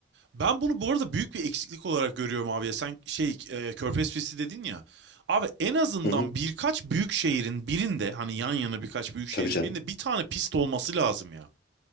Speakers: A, on the right; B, on the left.
A: Ben bunu bu arada büyük bir eksiklik olarak görüyorum abi ya. Sen şey e, Körfez Pisti dedin ya. Abi en azından
B: <laughs> Hı hı.
A: birkaç büyük şehrin birinde hani yan yana birkaç büyük şehrin
B: Tabii canım.
A: birinde bir tane pist olması lazım ya.